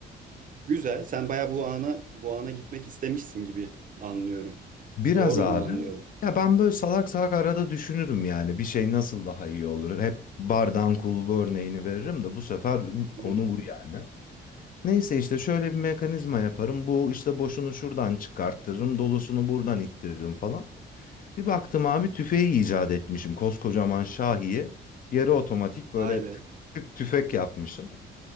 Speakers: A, on the right; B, on the left.
A: <laughs> Güzel. Sen bayağı bu ana bu ana gitmek istemişsin gibi anlıyorum.
B: Biraz
A: Doğru
B: abi.
A: mu anlıyorum?
B: Ya ben böyle salak salak arada düşünürüm yani bir şey nasıl daha iyi olur. Hep bardan kulbu örneğini veririm de bu sefer
A: Hı
B: konu
A: hı.
B: bu yani. Neyse işte şöyle bir mekanizma yaparım. Bu işte boşunu şuradan çıkarttırırım, dolusunu buradan ittiririm falan. Bir baktım abi tüfeği icat etmişim. Koskocaman Şahi'ye yarı otomatik böyle
A: Vay be.
B: tık tık tüfek yapmışım.